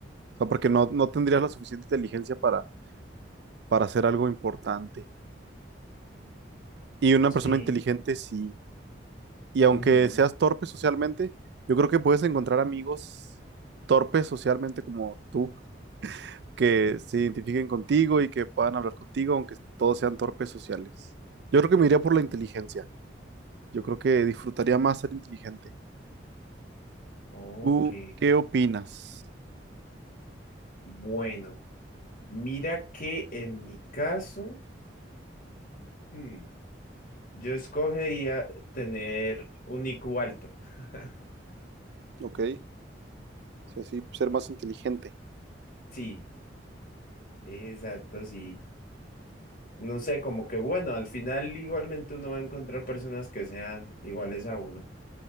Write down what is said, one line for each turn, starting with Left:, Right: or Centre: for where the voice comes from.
Right: O sea, porque no, no tendrías la suficiente inteligencia para, para hacer algo importante. Y una
Left: Sí.
Right: persona inteligente sí. Y aunque
Left: ujú,
Right: seas torpe socialmente, yo creo que puedes encontrar amigos torpes socialmente como tú. que se identifiquen contigo y que puedan hablar contigo, aunque todos sean torpes sociales. Yo creo que me iría por la inteligencia. Yo creo que disfrutaría más ser inteligente.
Left: Ok.
Right: ¿Tú qué opinas?
Left: Bueno, mira que en mi caso... hmm, Yo escogería tener un IQ alto. <laughs>
Right: Ok, o sea, sí, ser más inteligente.
Left: Sí, exacto, sí. No sé, como que bueno, al final igualmente uno va a encontrar personas que sean iguales a uno.